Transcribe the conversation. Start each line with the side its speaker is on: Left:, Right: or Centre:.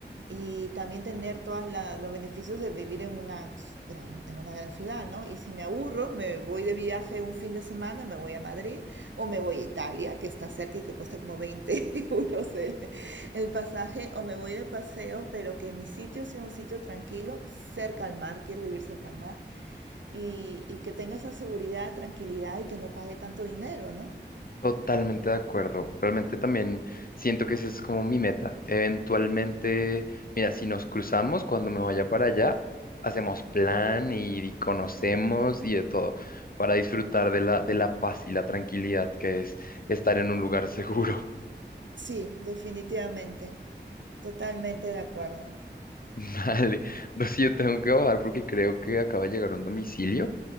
Right: y también tener todos los beneficios de vivir en una gran, en una gran ciudad, ¿no? Y si me aburro, me voy de viaje un fin de semana, me voy a Madrid o me voy a Italia, que está cerca y que cuesta como 20 <laughs> euros el, el pasaje, o me voy de paseo, pero que mi sitio sea un sitio tranquilo, cerca al mar, quiero vivir cerca al mar, y, y que tenga esa seguridad, tranquilidad y que no pague tanto dinero, ¿no?
Left: Totalmente de acuerdo. Realmente también siento que esa es como mi meta. Eventualmente, mira, si nos cruzamos cuando me vaya para allá, hacemos plan y, y conocemos y de todo para disfrutar de la, de la paz y la tranquilidad que es estar en un lugar seguro.
Right: Sí, definitivamente, totalmente de acuerdo.
Left: <laughs> Vale, no sé, yo tengo que bajar porque creo que acaba de llegar un domicilio,